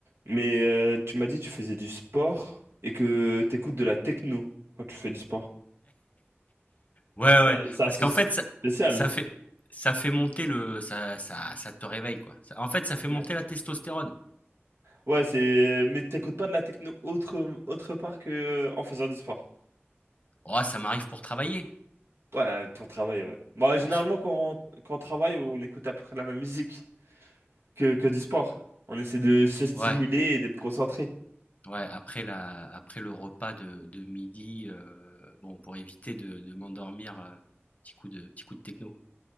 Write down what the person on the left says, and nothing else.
Ouais, ouais,
parce
qu'en fait ça
ça fait ça fait monter le ça ça ça te réveille quoi. Ça en fait ça fait
monter la testostérone.
Oh ça m'arrive pour travailler,
pour se
ouais.
Ouais, après la après le repas de, de midi, heu, bon, pour éviter de de m'endormir, heu, petit coup de petit coup de techno.